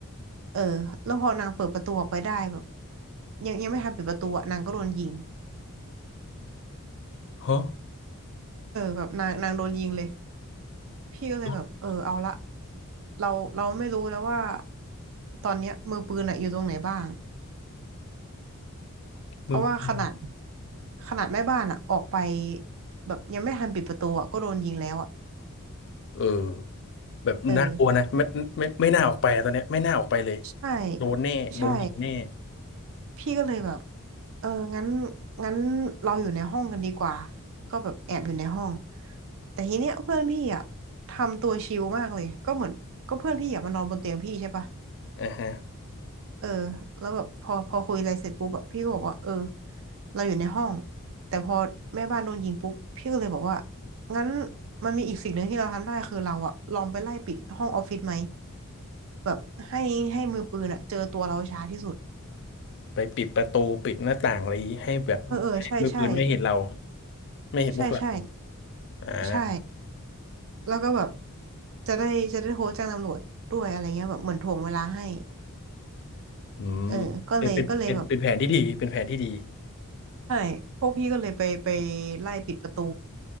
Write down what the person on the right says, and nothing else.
เออแล้วพอนางเปิดประตูออกไปได้แบบยังยังไม่ทันปิดประตูอ่ะนางก็โดนยิง
เออแบบนางนางโดนยิงเลย พี่ก็เลยแบบเออเอาละ
เราเราไม่รู้แล้วว่าตอนเนี้ยมือปืนอะอยู่ตรงไหนบ้างเพราะว่าขนาด
ขนาดแม่บ้านอะออกไปแบบยังไม่ทันปิดประตูอะก็โดนยิงแล้วอะ
เออ
ใช่
ใช่
พี่ก็เลยแบบเอองั้นงั้นเราอยู่ในห้องกันดีกว่าก็แบบแอบอยู่ในห้องแต่ทีเนี้ยเพื่อนพี่อ่ะทำตัวชิลมากเลยก็เหมือนก็เพื่อนพี่อ่ะมานอนบนเตียงพี่ใช่ปะ
เออแล้วแบบพอพอคุยอะไรเสร็จปุ๊บแบบพี่ก็บอกว่าเออเราอยู่ในห้องแต่พอแม่บ้านโดนยิงปุ๊บพี่ก็เลยบอกว่างั้นมันมีอีกสิ่งหนึ่งที่เราทำได้คือเราอะลองไปไล่ปิดห้องออฟฟิศไหมแบบให้ให้มือปืนอะเจอตัวเราช้าที่สุด
เออเออใช่ใช่
ใช่ใช่
ใช่แล้วก็แบบจะได้จะได้โทรแจ้งตำรวจด้วยอะไรเงี้ยแบบเหมือนถ่วงเวลาให้
เออก็เลยก็เลยแบบ ใช่ พวกพี่ก็เลยไปไปไล่ปิดประตู